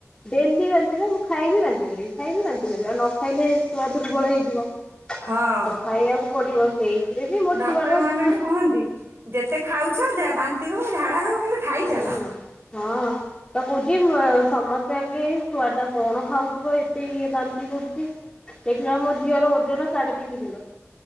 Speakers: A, on the left; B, on the right.
A: ଡେଲି ବାନ୍ତିି ପା। ମୁଁ ଖାଇବି ବାନ୍ତି କରିବି ଖାଇବି ବାନ୍ତିି କରିବି ଆଉ ନ ଖାଇଲେ ଛୁଆ ଦୁର୍ବଳ ହେଇଯିବ।
B: ହଁ
A: ତ ଖାଇବାକୁ ପଡିବ ସେଇଥିରେ ବି ମୋ
B: ଡକ୍ଟର
A: ଛୁଆର
B: ମାନେ ବି କୁହନ୍ତି। ଯେତେ ଖାଉଛ ଯା ବାନ୍ତି ହଉ ଝାଡା ହଉ କିନ୍ତୁ ଖାଇଚାଲ
A: ହୁଁ ହଁ। ତ କହୁଛି ମୁ ସମସ୍ତେ ଭାବିଲେ ଏ ଛୁଆଟା କଣ ଖାଉଥିବ ଏତେ ଇଏ ବାନ୍ତି କରୁଚି। ଦେଖିଲାଳୁ ମୋ ଝିଅର ଓଜନ ସାଢେ ତିନି କିଲୋ।